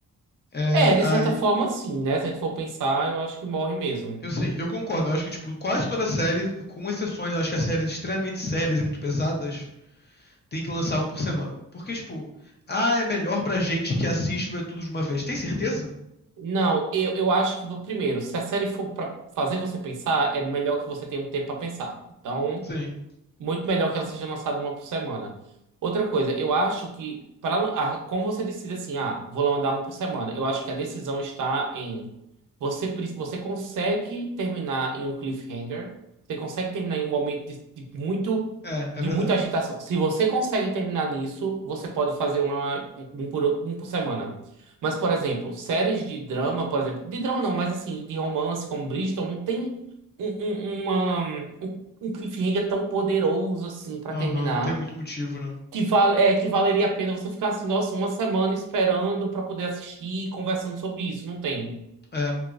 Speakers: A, on the left (about 30°); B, on the right (about 65°).
A: É,
B: É, de
A: aí,
B: certa forma, sim, né? Se a gente for pensar, eu acho que morre mesmo.
A: Eu sim, eu concordo. Eu acho que, tipo, quase toda série, com exceções, eu acho que as séries extremamente sérias e muito pesadas tem que lançar um por semana. Porque, tipo, ah, é melhor pra gente que assiste ver tudo de uma vez. Tem certeza?
B: Não, eu, eu acho que, primeiro, se a série for pra fazer você pensar, é melhor que você tenha um tempo pra pensar. Então.
A: Sim.
B: Muito melhor que ela seja lançada uma por semana. Outra coisa, eu acho que, para, como você decide assim, ah, vou mandar um por semana, eu acho que a decisão está em você, pre- você consegue terminar em um cliffhanger, você consegue terminar em um momento de, de muito,
A: É, é
B: de
A: verdade.
B: muita agitação. Se você consegue terminar nisso, você pode fazer uma, um, por, um por semana. Mas, por exemplo, séries de drama, por exemplo, de drama não, mas assim, de romance, como Bridgerton, não tem um, um, uma- um um cliffhanger tão poderoso assim pra
A: Aham,
B: terminar,
A: não tem muito motivo, né?
B: que vale, é, que valeria a pena você ficar assim, nossa, uma semana esperando pra poder assistir e conversando sobre isso. Não tem.
A: É.